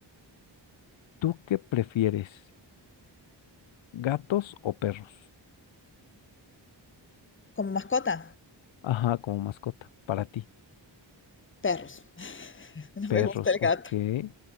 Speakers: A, on the left; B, on the left.
A: ¿tú qué prefieres? ¿Gatos o perros?
B: Como mascota,
A: Ajá, como mascota, para ti.
B: perros. <laughs> No
A: Perros,
B: me gusta el gato.
A: ok,